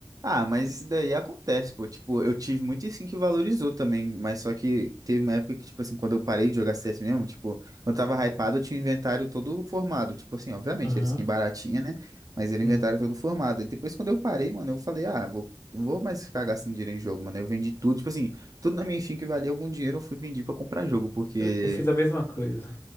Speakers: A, on the right; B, on the left.
A: Ah, mas isso daí acontece, pô. Tipo, eu tive muito sim que valorizou também, mas só que teve uma época que, tipo assim, quando eu parei de jogar CS mesmo, tipo, quando eu tava hypado, eu tinha o inventário todo formado. Tipo assim, obviamente,
B: Aham.
A: era skin baratinha, né? Mas era
B: Sim.
A: o inventário todo formado. E depois, quando eu parei, mano, eu falei, ah, vou, não vou mais ficar gastando dinheiro em jogo, mano. Eu vendi tudo, tipo assim, tudo na minha skin que valia algum dinheiro, eu fui vender pra comprar jogo, porque,
B: Eu, eu fiz a mesma coisa.